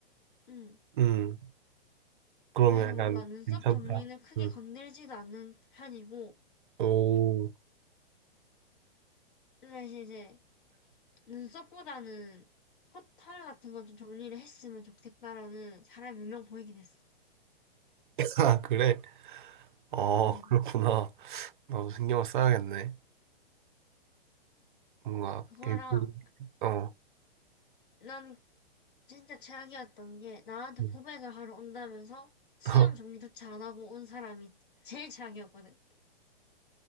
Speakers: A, on the left (about 55°); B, on the right (about 50°).
A: 응.
B: 음. 그러면
A: 그래서
B: 약간
A: 뭔가 눈썹
B: 괜찮다.
A: 정리는 크게
B: 응.
A: 건들지도 않는 편이고,
B: 오,
A: 사실 이제 눈썹보다는 코털 같은 거 좀 정리를 했으면 좋겠다라는 사람 몇 명 보이긴 했어.
B: <laughs> 아, 그래? 어,
A: 응.
B: 그렇구나. 나도 신경을 써야겠네. 뭔가,
A: 그거랑
B: 개꿀, 어.
A: 난 진짜 최악이었던 게 나한테
B: 응.
A: 고백을 하러 온다면서 수염
B: <laughs>
A: 정리조차 안 하고 온 사람이 제일 최악이었거든.